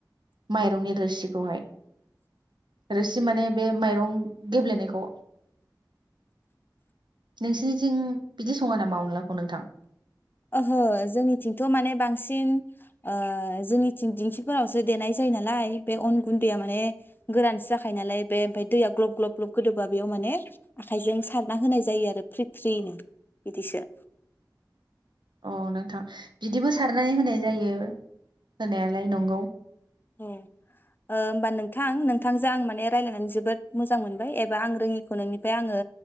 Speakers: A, on the right; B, on the left.
A: माइरंनि रोसिखौहाय रोसि माने बे माइरं गेब्लेनायखौ। नोंसिनि सिं बिदि सङो नामा अनलाखौ नोंथां?
B: ओहो जोंनिथिंथ' माने बांसिन ओ जोंनिथिं दिंखिफोरावसो देनाय जायो नालाय बे अन गुन्दैया माने गोरानसो जाखायो नालाय बे ओमफाय दैया ग्लब ग्लब ग्लब गोदोबा बेयाव माने आखाइजों सारना होनाय जायो आरो फ्रि फ्रिनो बिदिसो।
A: अ नोंथां बिदिबो सारनानै होनाय जायो होनायालाय नंगौ।
B: औ ओ होमबा नोंथां नोंथांजों आं माने रायजलायनानै जोबोद मोजां मोनबाय एबा आं रोङिखौ नोंनिफ्राय आङो